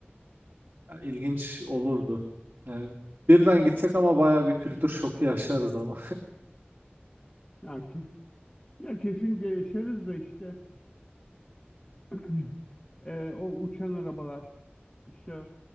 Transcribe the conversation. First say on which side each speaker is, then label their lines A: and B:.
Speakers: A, on the right; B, on the left.
A: Yani ilginç olurdu. Yani birden gitsek ama baya bir kültür şoku yaşarız ama.
B: Ya,
A: <laughs>
B: ya kesinlikle yaşarız da işte <clears throat> e, o uçan arabalar işte